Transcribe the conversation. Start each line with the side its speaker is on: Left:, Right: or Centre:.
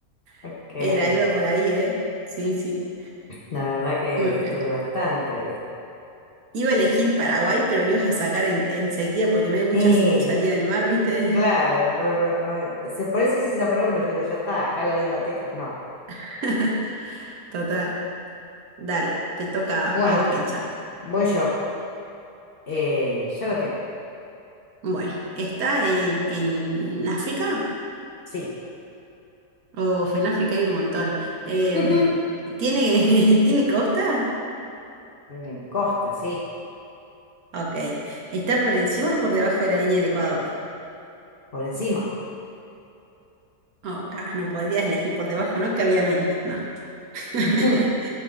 Left: Ok.
Right: <laughs> Era, iba por ahí, ¿eh? Sí, sí.
Left: La verdad que
Right: Mm,
Left: estuve
Right: eh,
Left: bastante bien.
Right: Iba a elegir Paraguay, pero lo ibas a sacar en- enseguida porque no hay mucho
Left: Y
Right: sin salida del mar, ¿viste?
Left: claro, no, no, no. eh, Se, por eso hice esa pregunta. Yo digo, ya está, acá la di la tecla. No.
Right: <laughs> Total. Dale, te toca
Left: Bueno,
Right: a vos pensar.
Left: voy yo. Eh, ya lo tengo.
Right: Bueno, ¿está en, en África?
Left: Sí.
Right: Oh, en África hay un montón. Em,
Left: <laughs>
Right: ¿tiene, <laughs> ¿tiene costa?
Left: Tiene costa, sí.
Right: Ok. ¿Está por encima o por debajo de la línea del Ecuador?
Left: Por encima.
Right: Oh, ca- no podrías elegir por debajo, ¿no? Que había menos. No. <laughs>
Left: <laughs>